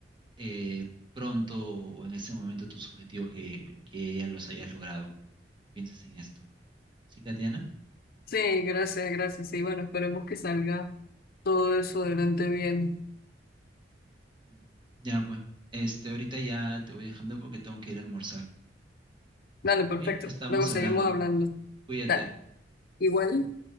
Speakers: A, on the right; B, on the left.
A: eh, pronto o en ese momento tus objetivos que, que ya los hayas logrado. Pienses en esto. ¿Sí, Katiana?
B: Sí, gracias, gracias. Sí, bueno, esperemos que salga todo eso adelante bien.
A: Mm, Ya, pues. Este, ahorita ya te voy dejando porque tengo que ir a almorzar.
B: Dale, perfecto.
A: Bien, estamos
B: Luego seguimos
A: hablando.
B: hablando.
A: Cuídate.
B: Dale. Igual.